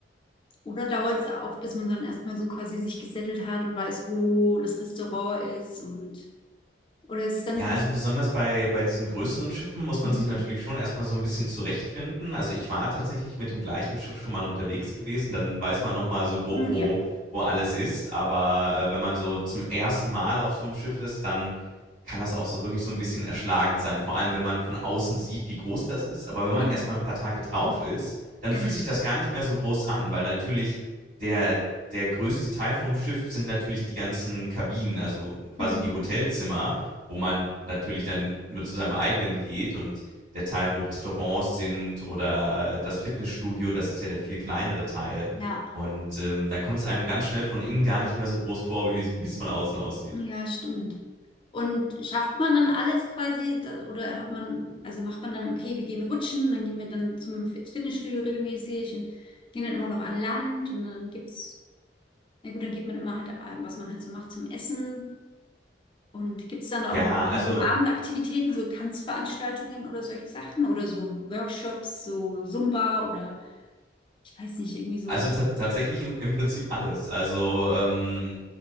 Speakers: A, on the left; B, on the right.
A: Oder dauert es auch, bis man dann erstmal so quasi sich gesettelt hat und weiß, wo das Restaurant ist und oder ist es dann
B: Ja,
A: so
B: also
A: ein
B: besonders bei, bei diesen größeren Schiffen muss man
A: bisschen,
B: sich natürlich schon erstmal so ein bisschen zurechtfinden. Also ich war tatsächlich mit dem gleichen Schiff schon mal unterwegs gewesen, dann weiß man nochmal so grob,
A: hm,
B: wo,
A: ja.
B: wo alles ist. Aber äh, wenn man so zum ersten Mal auf so einem Schiff ist, dann kann das auch so wirklich so ein bisschen erschlagend sein. Vor allem, wenn man von außen sieht, wie groß das ist. Aber wenn man
A: Ja.
B: erstmal ein paar Tage drauf ist, dann
A: Ja.
B: fühlt sich das gar nicht mehr so groß an, weil natürlich der, der größte Teil vom Schiff sind natürlich die ganzen Kabinen, also quasi
A: Hm.
B: die Hotelzimmer wo man natürlich dann nur zu seinem eigenen geht und der Teil, wo Restaurants sind oder das Fitnessstudio, das ist ja der viel kleinere Teil.
A: Ja.
B: Und ähm, dann kommt es einem ganz schnell von innen gar nicht mehr so groß vor, wie es von außen aussieht.
A: Ja, stimmt. Und schafft man dann alles quasi, da- oder hat man, also macht man dann, okay, wir gehen rutschen, dann gehen wir dann zum Fitnessstudio regelmäßig und gehen dann immer noch an Land und dann gibt's, na gut, dann geht man immer halt, äh, was man halt so macht zum Essen. Und gibt's dann da
B: Ja,
A: auch
B: also,
A: so Abendaktivitäten, so Tanzveranstaltungen oder solche Sachen oder so Workshops, so Zumba oder ich weiß nicht, irgendwie so.
B: also ta- tatsächlich im, im Prinzip alles. Also ähm,